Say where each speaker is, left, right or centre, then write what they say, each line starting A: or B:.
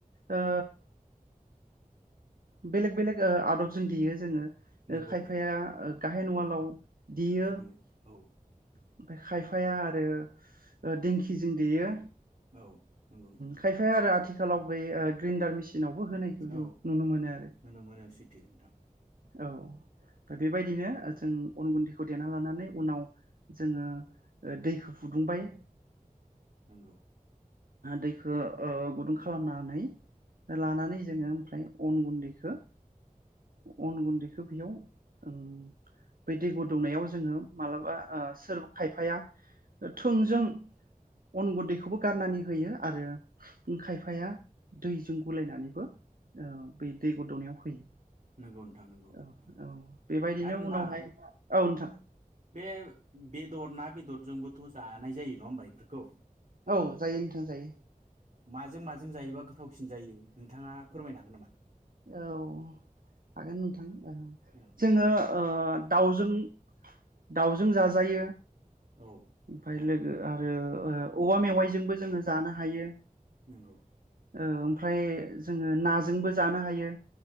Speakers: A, on the right; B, on the right.
A: ओ बेलेग बेलेग आदबजों देयो। जोङो। ओ
B: नंगौ
A: खायफाया
B: नोंथां
A: गाहेन उवालाव दियो
B: बियो औ
A: ओमफ्राय खायफाया आरो दिंखिजों देयो।
B: औ नंगौ नोंथां
A: खायफाया आरो आथिखालाव आथिखालाव बे ग्रेन्दार मेसिन सिनावबो होनायखौ जों
B: औ
A: नुनो मोनो आरो।
B: नुनो मोनो सैथो नोंथां।
A: औ। बेबायदिनो जों अन गुन्दैखौ देना लानानै उनाव जोङो ओ दैखौ फुदुंबाय।
B: नंगौ।
A: दैखौ ओ गुदुं खालामनानै लानानै जोङो ओमफ्राय अन गुन्दैखौ अन गुन्दैखौ बेयाव ओम बे दै गोदौनायाव जोङो मालाबा ओ सोरबा खायफाया थोंजों अन गुन्दैखौबो गारनानै होयो आरो खायफाया दैजों गुलायनानैबो ओ बे दै गोदौनायाव होयो।
B: नंगौ नोंथां नंगौ-नंगौ
A: औ औ बेबायदिनो
B: आरो नोंथां
A: उनावहाय औ नोंथां
B: बे बेदर ना बे बेदरजोंबोथ' जानाय जायो नङा होनबा बेफोरखौ।
A: औ जायो नोंथां जायो।
B: माजों-माजों जायोबा गोथावसिन जायो नोंथाङा फोरमायनो हागोन नामा?
A: औ हागोन नोंथां।
B: औ
A: जोङो ओ दाउजों-दाउजों जाजायो।
B: औ नोंथां
A: ओमफ्राय लोगो ओ ओ औवा मेवाइजोंबो जोङो जानो हायो।
B: नंगौ।
A: ओ ओमफ्राय जोङो नाजोंबो। जानो हायो।